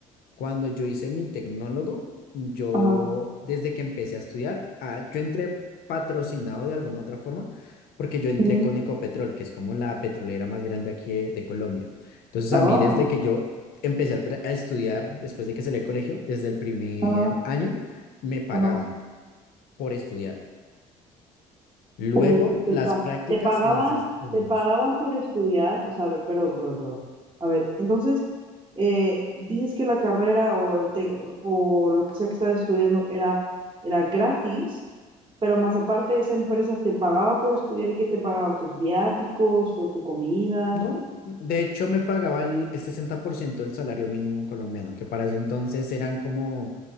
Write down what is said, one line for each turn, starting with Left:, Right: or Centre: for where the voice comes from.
Left: Cuando yo hice mi tecnólogo, yo
Right: Ajá.
Left: desde que empecé a estudiar, ah, yo entré patrocinado de alguna otra forma, porque yo entré
Right: ujú.
Left: con Ecopetrol, que es como la petrolera más grande aquí de, de Colombia. Entonces
Right: Oh,
Left: a mí desde que yo empecé a, tra- a estudiar, después de que salí del colegio, desde el primer
Right: ajá,
Left: año, me pagaban
Right: ajá.
Left: por estudiar. Luego
Right: Uy,
Left: las
Right: te, pa-
Left: prácticas
Right: te pagaban,
Left: las hice con
Right: te
Left: ellos.
Right: pagaban por estudiar, o sea, a ver, perdón, perdón, perdón. A ver, entonces, eh, dices que la carrera o, el te- o lo que sea que estabas estudiando era, era gratis, pero más aparte esa empresa te pagaba por estudiar y que te pagaba tus viáticos o tu comida.
Left: No, de hecho me pagaba el, el 60% del salario mínimo colombiano, que para ese entonces eran como